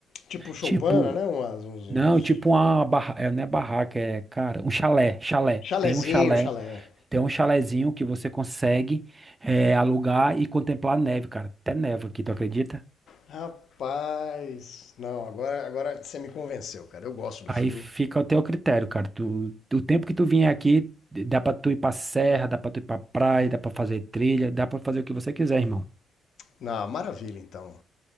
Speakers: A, on the left (about 65°); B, on the right (about 20°).
A: Tipo Choupana,
B: tipo.
A: né? Umas, uns, uns...
B: Não, tipo uma barra, é, não é barraca, é, cara, um chalé, chalé.
A: Chalezinho,
B: Tem um chalé,
A: chalé.
B: tem um chalézinho que você consegue é, alugar e contemplar a neve, cara. Até neva aqui, tu acredita?
A: Rapaz. Não, agora, agora você me convenceu, cara. Eu gosto do frio.
B: Aí fica ao teu critério, cara. Tu, o tempo que tu vier aqui, dá pra tu ir pra serra, dá pra tu ir pra praia, dá pra fazer trilha, dá pra fazer o que você quiser, irmão.
A: Na maravilha, então.